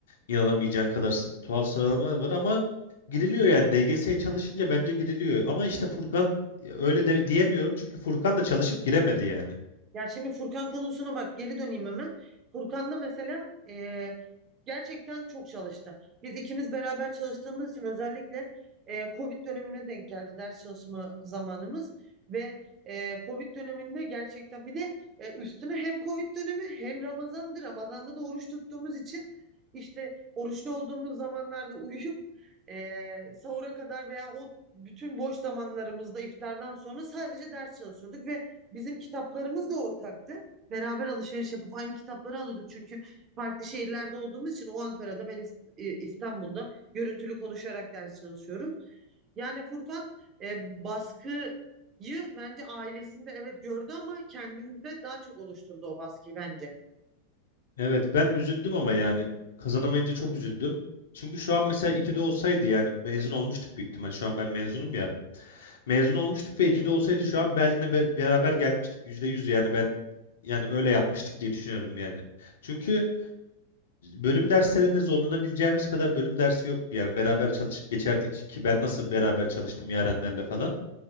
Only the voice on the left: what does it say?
inanamayacağın kadar s- tuhaf sıralamalar var ama giriliyor yani DGS'ye çalışınca bence giriliyor. Ama işte Furkan ya öyle de diyemiyorum çünkü Furkan da çalışıp giremedi yani.
Evet ben üzüldüm ama yani kazanamayınca çok üzüldüm. Çünkü şu an mesela İTÜ'de olsaydı yani mezun olmuştuk büyük ihtimal. Şu an ben mezunum ya. Mezun olmuştuk ve İTÜ'de olsaydı şu an Berlin'e be- beraber gelmiştik. yüzde yüz yani ben yani öyle yapmıştık diye düşünüyorum yani. Çünkü Bölüm derslerinde zorlanabileceğimiz kadar bölüm dersi yoktu. Yani beraber çalışıp geçerdik ki ben nasıl beraber çalıştım Yarenlerle falan.